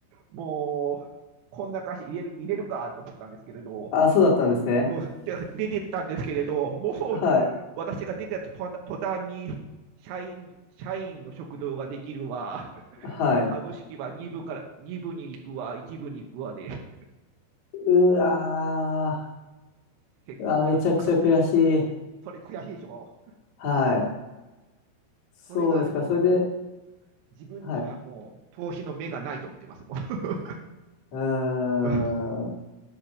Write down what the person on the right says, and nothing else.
もう、こんな会社入れる、入れるかと思ったんですけれど、
うんで出てったんですけれど、もう
私が出てた途途端に社員社員の食堂ができるわ、<laughs>
株式は2部から2部に行くわ、1部に行くわで、
結構な深く、
それ悔しいでしょ、
それがあるんでね、
もう自分にはもう投資の目がないと思ってます、
もう。
<laughs>